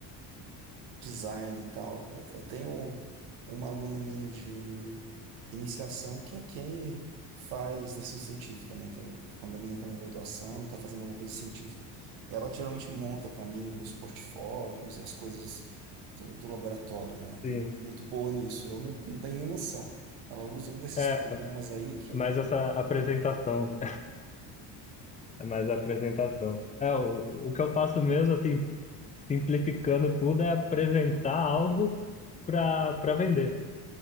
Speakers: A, on the right; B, on the left.
A: design e tal. Eu eu tenho uma aluna minha de iniciação que é quem faz iniciação científica, né? Que é quando a menina está na graduação e está fazendo alguma coisa científica, ela que geralmente monta para mim os portfólios e as coisas do, do laboratório, né?
B: Sim.
A: E ela é muito boa nisso. Eu não, não tenho nem noção. Ela usa um desses
B: É,
A: programas aí que
B: mais essa apresentação, né? É mais a apresentação. É, o, o que eu faço mesmo, assim, simplificando tudo, é apresentar algo para para vender.